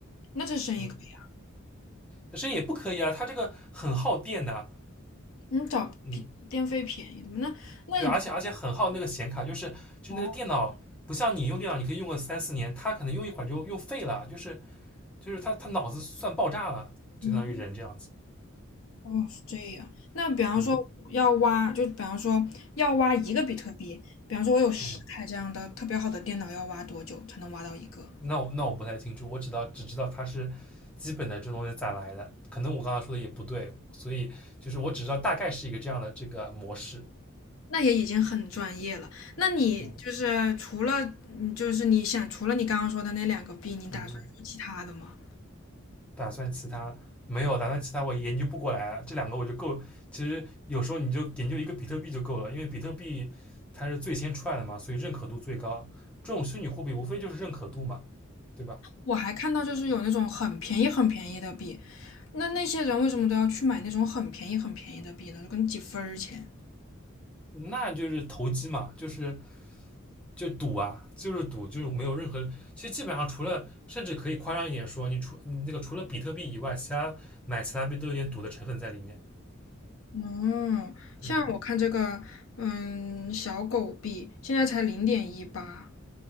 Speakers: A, on the left; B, in the centre.
A: 那这生意可以啊，
B: 嗯，那声音也不可以啊，它这个很耗电的。啊
A: 你找便电费便宜的嘛？
B: 嗯，
A: 那那你
B: 对，而且而且很耗那个显卡，就是就是那个电脑，
A: 哦，
B: 不像你用电脑，你可以用个三四年，它可能用一会儿就用废了，就是就是它它脑子算爆炸了，
A: 嗯，
B: 就相当于人这样子。
A: 哦是这样。那比方说要挖，
B: 嗯
A: 就比方说要挖一个比特币，比方说我有十台这样的特别好的电脑，
B: 嗯，
A: 要挖多久才能挖到一个？
B: 那我那我不太清楚，我只知道只知道它是基本的这东西咋来的，可能我刚才说的也不对，所以就是我只知道大概是一个这样的这个模式。
A: 那也已经很专业了。那你就是除了，
B: 嗯。
A: 你就是你想除了你刚刚说的那两个币，你打算做其他的吗？
B: 嗯，打算其他没有，打算其他我研究不过来啊，这两个我就够。其实有时候你就研究一个比特币就够了，因为比特币它是最先出来的嘛，所以认可度最高。这种虚拟货币无非就是认可度嘛，对吧？
A: 我还看到就是有那种很便宜很便宜的币，那那些人为什么都要去买那种很便宜很便宜的币呢？就跟几分儿钱。
B: 那就是投机嘛，就是就赌啊，就是赌，就是没有任何。其实基本上除了，甚至可以夸张一点说，你除你那个除了比特币以外，其他买其他币都有点赌的成分在里面。
A: 哦，像我看这个，
B: 嗯。
A: 嗯，小狗币现在才零点一八，